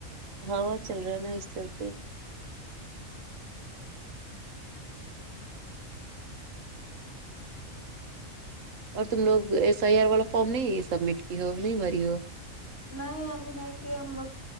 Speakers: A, on the right; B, on the right.
A: ہوا چل رہا ہے نا اس ٹائم پے اور تم لگ ایس ایی آر والا فارم نہیں سبمٹ کی ہو نہیں بری ہو
B: نہیں ابھی نہیں کیے ہم لوگ